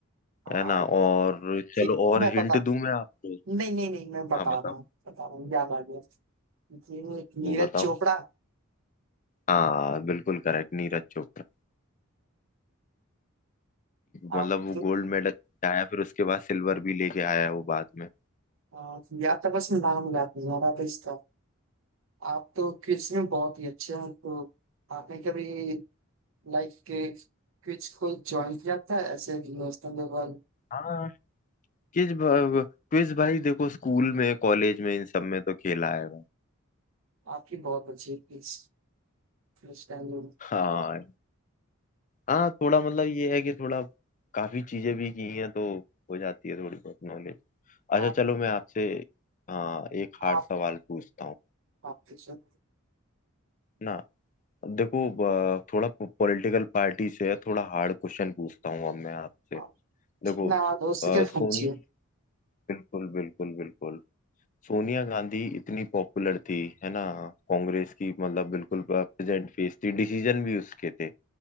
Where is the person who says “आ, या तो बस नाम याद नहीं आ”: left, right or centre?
Right